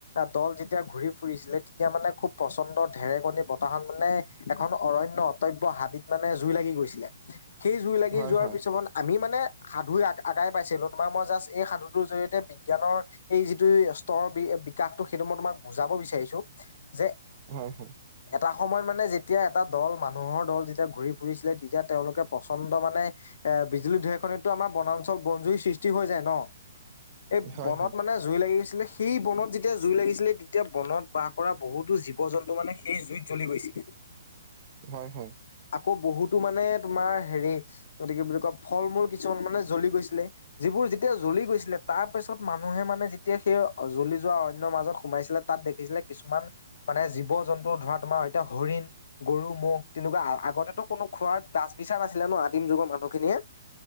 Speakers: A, on the left; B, on the right.
A: দল যেতিয়া ঘূৰি ফুৰিছিলে তেতিয়া মানে খুব প্ৰচণ্ড ঢেৰেকণী বতাহ মানে এখন অৰণ্য অ্তব্য হাবিত মানে জুই লাগি গৈছিলে। সেই জুই লাগি
B: হয়
A: যোৱাৰ
B: হয়
A: পিছত আমি মানে সাধু আগাই পাইছিলো তোমাৰ মই জাষ্ট এই সাধু তৰ জৰিয়তে বিজ্ঞানৰ এই যিটো স্তৰ বিকাশটো সেইটো মই তোমাক বুজাব বিচাৰিছো যে
B: হয় হয়
A: এটা সময়ত মানে যেতিয়া এটা দল মানুহৰ দল যেতিয়া ঘূৰি ফুৰিছিলে তেতিয়া তেওঁলোকে প্ৰচণ্ড মানে এ বিজুলী ধেৰেকণিতটো দি আমাৰ বনাঞ্চল বনজুৰি সৃষ্টি হৈ যায় ন এই
B: হয়
A: বনত মানে জুই লাগি গৈছে সেই বনত যেতিয়া জুই লাগিছিলে তেতিয়া বনত বাস কৰা বহুতো জীৱ জন্তু মানে সেই জুইত জ্বলি গৈছিল <inaudible>
B: হয় হয়।
A: আকৌ বহুতো মানে তোমাৰ হেৰি গতিকে বুলি কয় ফল মূল কিছুমান মানে জ্বলি গৈছিলে। যিবোৰ যেতিয়া জ্বলি গৈছিলে তাৰ পাছত পছত মানুহে মানে যেতিয়া সেই জ্বলি যোৱা অৰণ্যৰ মাজত সোমাইছিলে তাত দেখিছিলে কিছুমান মানে জীৱ জন্তু ধৰা তোমাৰ এতিয়া হৰিণ, গৰু, ম'হ তেনেকুৱা আগতেতো কোনো খোৱাৰ বাচ বি ইচা নাছিলে ন আদিম যুগৰ মানুহখিনিয়ে।